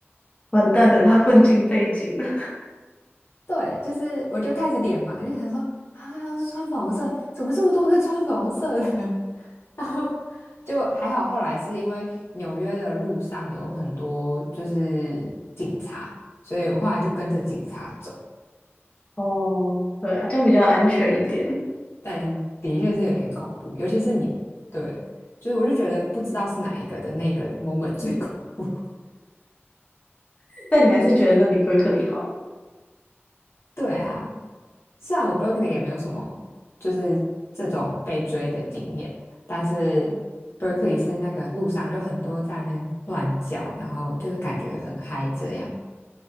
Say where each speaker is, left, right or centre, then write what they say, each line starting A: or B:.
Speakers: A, on the left (about 25°); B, on the left (about 70°).
A: 完蛋了，他混进背景了。
B: 对，就是我就开始点盲，就想说啊，刚刚是穿粉红色，怎么这么多个穿粉红色的？<laughs> 就还好，后来是因为纽约的路上有很多就是警察，所以我后来就跟着警察走，
A: <laughs> 哦，对啊，这样比较安全一点，
B: 对吧？但的确是有点恐怖，尤其是你，对，就是我就觉得不知道是哪一个的那个 moment 最恐怖。<laughs>
A: 但你还是觉得那比伯克利好。
B: 对啊，虽然我 Berkeley 也没有什么就是这种被追的经验，但是 Berkeley 是那个路上就很多在那边乱叫，然后就是感觉很嗨这样。